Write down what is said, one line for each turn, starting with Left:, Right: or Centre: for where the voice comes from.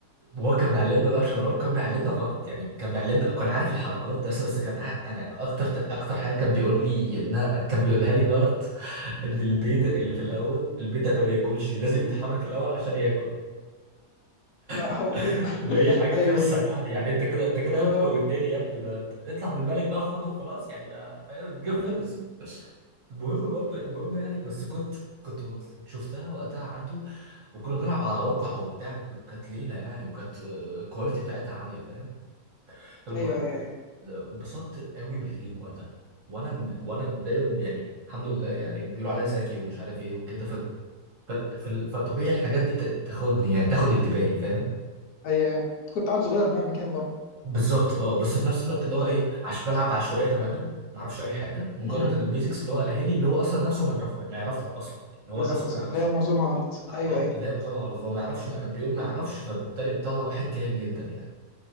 Right: وهو كان بيعلمنا بقى شطرنج كان بيعلمنا غلط يعني كان بيعلمنا كان عارف الحركات بس بس كان قاعد- انا اكتر اكتر حاجه كان بيقول لي انها <laughs> كان بيقولها لي غلط <laughs> ان البيدق اللي في الاول البيدق ما بياكلش لازم يتحرك الاول عشان ياكل
Left: لا
Right: <laughs>
Left: هو بياكل
Right: اللي هي
Left: <laughs>
Right: حاجه
Left: ايوه
Right: كارثه
Left: ايوه
Right: يعني يعني انت كده انت كده
Left: اه
Right: يا ابني موتني يا ابني بقى اطلع بالملك بقى خده خلاص يعني بقى فاهم الجيم
Left: أمم.
Right: خلص المهم برضو المهم يعني بس كنت كنت شفتها وقتها عنده وكنا بنلعب على رقع وبتاع وكانت ليله يعني وكانت الكواليتي بتاعتها عاليه فاهم فالمهم
Left: ايوه ايوه ايوه
Right: اتبسطت قوي بالجيم وقتها وانا من وانا دايما يعني الحمد لله يعني بيقولوا عليا ذكي ومش عارف ايه وكده ف... ف... فال- فطبيعي الحاجات دي ت- تاخدني يعني تاخد انتباهي فاهم
Left: ايوه ايوه أنت كنت عيل صغير مهما كان برضه
Right: بالظبط اه بس في نفس الوقت اللي هو ايه عش بلعب بعشوائيه تماما ما اعرفش اي حاجه مجرد
Left: امم
Right: البيزكس اللي هو قالها لي اللي هو اصلا نفسه ما يعرف ما يعرفش اصلا يعني هو
Left: بالظبط
Right: نفسه ما يعرفش
Left: اللي هي معظمها غلط
Right: اه
Left: ايوه
Right: آه،
Left: ايوه
Right: لا نظامها غلط هو ما يعرفش ما... بيقول ما يعرفش فبالتالي بيطلع واحد جاهل جدا يعني